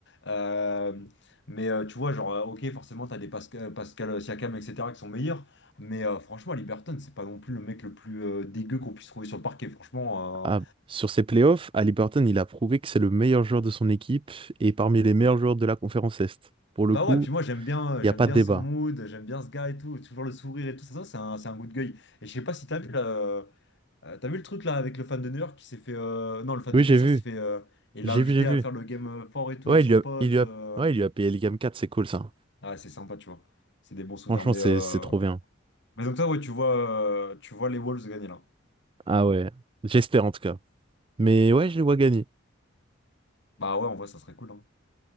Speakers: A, on the left (about 65°); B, on the right (about 25°).
A: Euh, mais euh, tu vois, genre, euh, ok, forcément, t'as des Pascal, Pascal Siakam, etc., qui sont meilleurs, mais euh, franchement, Liberton, c'est pas non plus le mec le plus euh, dégueu qu'on puisse trouver sur le parquet, franchement,
B: Ah,
A: euh,
B: sur ses playoffs, Ali Burton, il a prouvé que c'est le meilleur joueur de son équipe et parmi les meilleurs joueurs de la conférence Est. Pour
A: bah
B: le coup,
A: ouais, puis moi j'aime bien, euh,
B: Il
A: j'aime
B: n'y a pas
A: bien
B: de débat.
A: son mood, j'aime bien ce gars et tout, toujours le sourire et tout, ça, ça, c'est un, c'est un good guy. Et je sais pas si t'as vu là. Euh, t'as vu le truc là avec le fan de New York qui s'est fait. euh, Non, le fan des
B: Oui,
A: Pacers
B: j'ai vu.
A: qui fait. euh, Il l'a
B: J'ai
A: invité
B: vu, j'ai vu.
A: à faire le game euh, fort et tout
B: Ouais,
A: avec son
B: il lui a,
A: pote.
B: il lui
A: euh.
B: a, ouais, il lui a payé le game quatre c'est cool ça.
A: Ah, ouais, c'est sympa, tu vois. C'est des bons souvenirs.
B: Franchement,
A: Mais,
B: c'est,
A: euh,
B: c'est trop bien.
A: mais donc, toi, ouais, tu vois, euh, tu vois les Wolves gagner là.
B: Ah ouais. J'espère en tout cas. Mais ouais, je les vois gagner.
A: Bah ouais, en vrai, ça serait cool. hein.